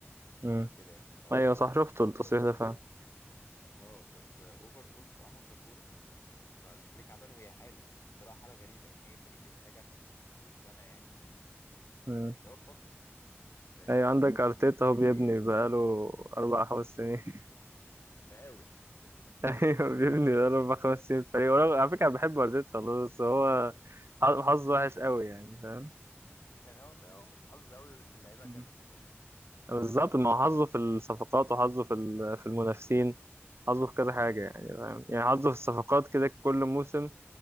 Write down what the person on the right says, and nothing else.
مم.
ايوه صح شفت
التصريح ده فعلا
مم.
ايوه عندك ارتيتا
هو
بيبني بقاله اربع خمس سنين <laughs>
ايوه بيبني بقاله اربع خمس سنين فريق وأنا- على فكره أنا بحب ارتيتا والله بس هو ح- حظه وحش قوي يعني فاهم
مم.
بالظبط ما هو حظه في الصفقات وحظه في ال- في المنافسين حظه في كذا حاجه يعني فاهم يعني حظه في الصفقات كده كل موسم